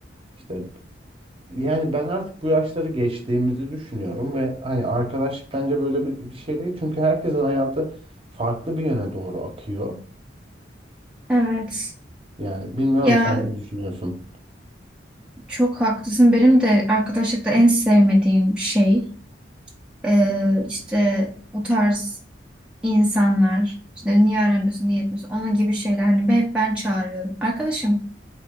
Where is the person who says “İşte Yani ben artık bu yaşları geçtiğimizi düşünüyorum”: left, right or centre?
Right